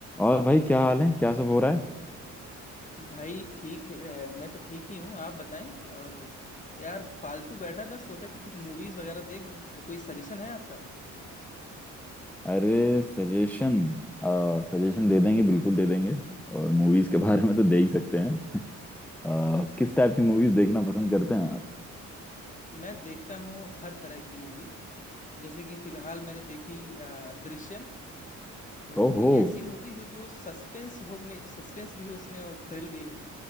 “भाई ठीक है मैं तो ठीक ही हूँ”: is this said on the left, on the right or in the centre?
Left